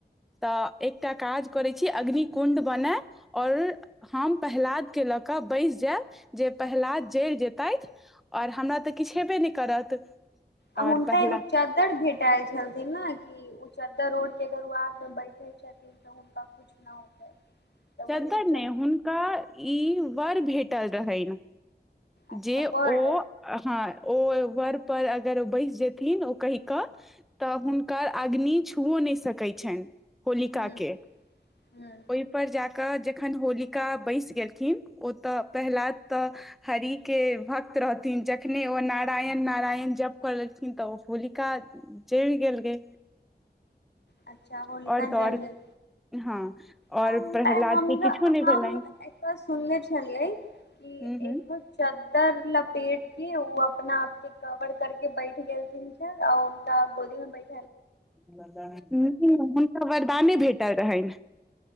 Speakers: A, in the centre; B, on the left.
A: तऽ। तय काज करैत छी अग्निकुण्ड बनय, आओर हम पहलादकेँ लऽ कऽ बैसि जायब जे पहलाद जरि जेतैथि। और हमरा तऽ किछु हबे नहि। करत। आओर
B: आ हुनका
A: प्रह्लाद
B: एगो चद्दैर भेट। ल छलथिन ने, कि उ चद्दर ओड्ह के अगर आग मे बैठल छथिन तऽ हुनका कुछ न होतै। तऽ
A: चद्दर
B: वही
A: ने हुनका ई वर भेट। टल रहैन।
B: अच्छा
A: जे
B: वर्ड
A: ओ हँ ओ। वर पर अगर ओ बैस जेथिन ओ कहि कऽ। तऽ हुनकर अग्नि। छुवो न सकै छैन। होलिका
B: ह
A: के,
B: ह
A: ओहिपर जा कऽ जे। खन होलिका बैस गेलखिन। ओ तऽ पहिलाद तऽ। हरि के भक्त रहथिन, जखने ओ नारायण-नारायण जप कलेखिन तऽ ओ होलिका जरि गेल गे।
B: अच्छा होलिका
A: आओर तऽ
B: जल
A: आओर
B: गेल,
A: हँ आओर
B: हम
A: प्रहलाद के किछो नहि
B: हम
A: भेलनि
B: एत्त सुनले छलियै कि
A: हूँ हूँ
B: एक। चद्दर लपेट के ओ अपना आप के कवर कर के बैठ गेलथिन छै औ उनका गोदी में बैठ।
A: ह त। नहि नहि हुनका वरदाने भेटल रहनि।